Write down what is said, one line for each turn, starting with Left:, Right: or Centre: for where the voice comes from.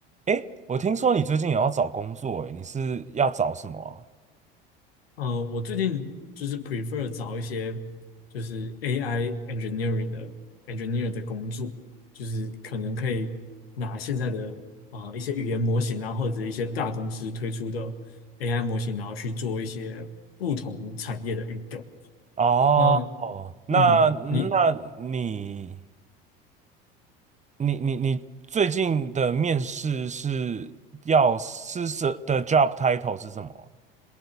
Right: 诶，我听说你最近也要找工作，诶，你是要找什么
Left: 呃，我最近就是 prefer 找一些就是 AI engineering 的 engineer 的工作，就是可能可以拿现在的啊、呃一些语言模型啊，或者一些大公司推出的 AI 模型，然后去做一些不同产业的运用。
Right: 啊？
Left: 那
Right: 哦，哦那那你
Left: 嗯，你
Right: 你你你最近的面试是要是什的 job title 是什么？